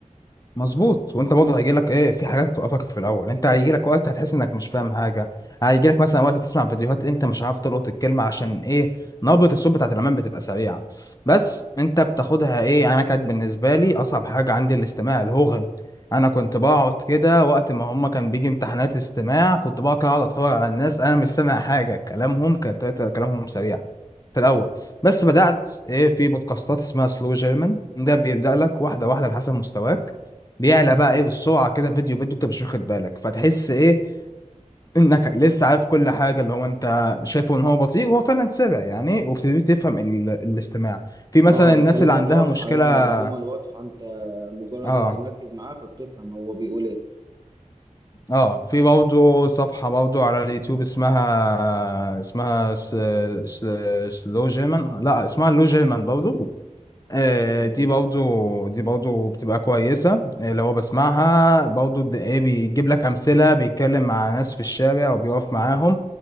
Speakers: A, on the left; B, on the right.
A: مظبوط وانت برضه هيجي لك ايه في حاجات توقفك في الاول انت هيجي لك وقت هتحس انك مش فاهم حاجه هيجي لك مثلا وقت تسمع فيديوهات انت مش عارف تلقط الكلمه عشان ايه نبره الصوت بتاعت الامام بتبقى سريعه بس انت بتاخدها ايه يعني انا كانت بالنسبه لي اصعب حاجه عندي الاستماع الهوغن انا كنت بقعد كده وقت ما هما كان بيجي امتحانات استماع كنت بقعد كده اقعد اتفرج على الناس انا مش سامع حاجه كلامهم كان كلامهم سريع في الاول بس بدات ايه في بودكاستات اسمها سلو جيرمان ده بيبدا لك واحده واحده على حسب مستواك بيعلى بقى ايه بالسرعه كده فيديو فيديو انت مش واخد بالك فتحس ايه انك لسه عارف كل حاجه اللي هو انت شايفه ان هو بطيء وهو فعلا سرع يعني وبتبتدي تفهم ال... الاستماع في
B: اه
A: مثلا الناس
B: الكلمات
A: اللي عندها
B: واضحة
A: مشكله
B: يعني والجمل
A: <clears throat>
B: واضحة انت مجرد
A: اه
B: ان انت مركز معاه فبتفهم هو بيقول ايه
A: اه في برضه صفحه برضه على اليوتيوب اسمها اسمها س... س... سلو جيرمان لا اسمها لو جيرمان برضه آه،
B: تمام
A: دي برضو دي برضو بتبقى كويسة آه، لو هو بسمعها برضو د- ايه بيجيب لك أمثلة بيتكلم مع ناس في الشارع وبيقف معاهم